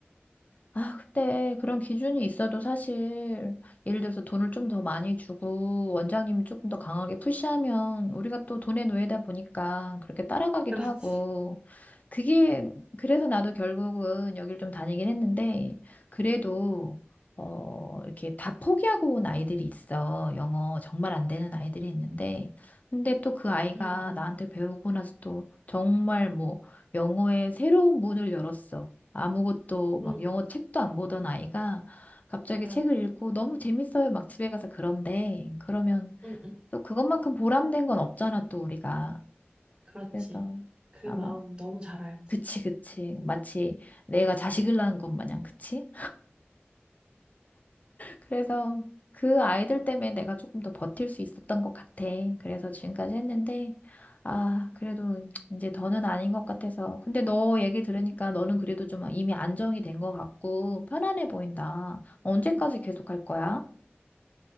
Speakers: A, on the left (about 35°); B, on the right (about 20°).
A: 아, 근데 그런 기준이 있어도 사실 예를 들어서 돈을 좀 더 많이 주고 원장님이 조금 더 강하게 푸시하면 우리가 또 돈의 노예다 보니까 그렇게 따라가기도
B: 그렇지.
A: 하고 그게 그래서 나도 결국은 여길 좀 다니긴 했는데 그래도 어 이렇게 다 포기하고 온 아이들이 있어. 영어 정말 안 되는 아이들이 있는데 근데 또 그 아이가
B: 응, 응,
A: 나한테 배우고 나서 또 정말 뭐 영어의 새로운 문을 열었어. 아무것도 막
B: 응,
A: 영어
B: 응,
A: 책도 안 보던 아이가 갑자기
B: 그렇-
A: 책을 읽고 너무 재밌어요. 막 집에 가서 그런데 그러면
B: 응, 응,
A: 또 그것만큼 보람된 건 없잖아, 또 우리가.
B: 그렇지.
A: 그래서
B: 그
A: 아마
B: 마음 너무 잘 알지.
A: 그치, 그치. 마치 내가 자식을 낳은 것 마냥, 그치? 그래서 그 아이들 때문에 내가 조금 더 버틸 수 있었던 것 같아. 그래서 지금까지 했는데, 아, 그래도 이제 더는 아닌 것 같아서. 근데 너 얘기 들으니까 너는 그래도 좀 이미 안정이 된 것 같고 편안해 보인다. 언제까지 계속 할 거야?